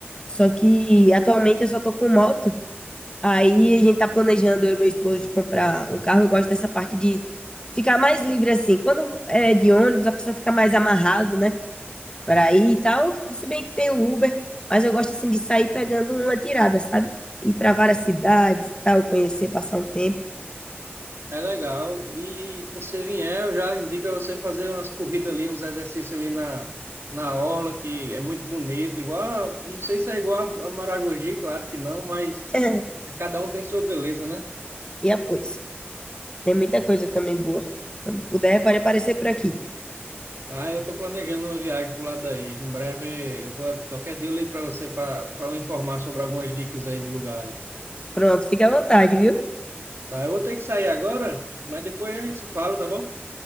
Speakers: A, on the left; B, on the right.
A: Só que atualmente eu só tô com moto. Aí a gente tá planejando, eu e meu esposo, de comprar um carro. Eu gosto dessa parte de ficar mais livre assim. Quando é de ônibus, a pessoa fica mais amarrado, né? para ir e tal. Se bem que tem o Uber, mas eu gosto assim de sair pegando uma tirada, sabe? Ir para várias cidades e tal, conhecer, passar um tempo.
B: É legal. E quando você vier, eu já indico a você fazer umas corridas ali, uns exercícios ali na, na orla, que é muito bonito. Igual, não sei se é igual a Maragogi, claro que não, mas
A: <laughs>
B: cada um tem sua beleza, né?
A: E após, que tem muita coisa também boa. Quando puder, pode aparecer por aqui.
B: Ah, eu estou planejando uma viagem pro lado daí. Em breve, eu vou, qualquer dia eu ligo para você para lhe informar sobre algumas dicas aí de lugares.
A: Pronto, fica à vontade, viu?
B: Tá, eu vou ter que sair agora, mas depois a gente se fala, tá bom?